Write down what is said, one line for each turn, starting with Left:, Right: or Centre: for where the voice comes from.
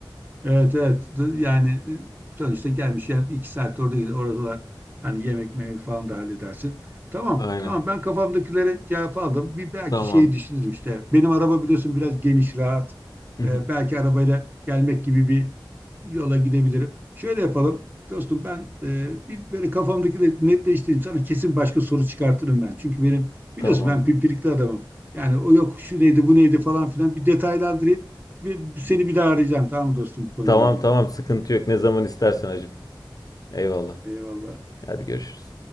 Right: Evet evet D- yani e, sonuçta gelmiş yani iki saat orada gider oradalar hani yemek memek falan da halledersin. Tamam
Left: Aynen.
Right: tamam ben kafamdakilere cevap aldım. Bir belki
Left: Tamam.
Right: şeyi düşünürüm işte. Benim araba biliyorsun biraz geniş rahat.
Left: <laughs>
Right: E, belki arabayla gelmek gibi bir yola gidebilirim. Şöyle yapalım dostum ben e, bir böyle kafamdakileri netleştireyim. Sana kesin başka soru çıkartırım ben. Çünkü benim biliyorsun
Left: Tamam.
Right: ben pimpirikli adamım. Yani o yok şu neydi bu neydi falan filan bir detaylandırayım. Ve seni bir daha arayacağım tamam mı dostum bu konuyla
Left: Tamam
Right: ilgili.
Left: tamam sıkıntı yok. Ne zaman istersen hacım. Eyvallah.
Right: Eyvallah.
Left: Hadi görüşürüz.